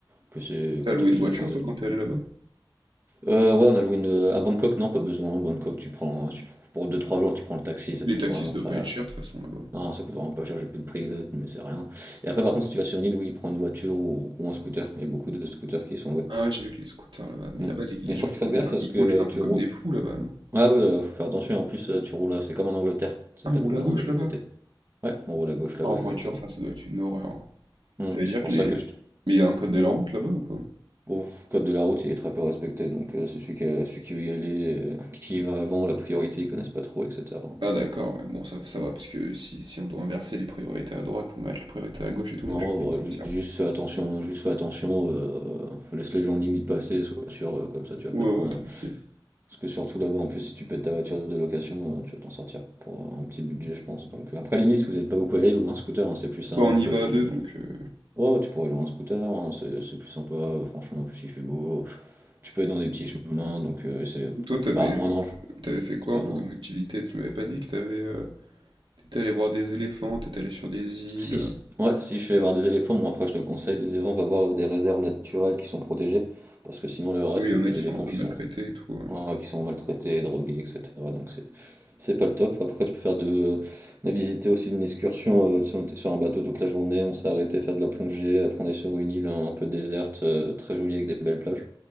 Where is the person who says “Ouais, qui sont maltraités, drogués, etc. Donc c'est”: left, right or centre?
Right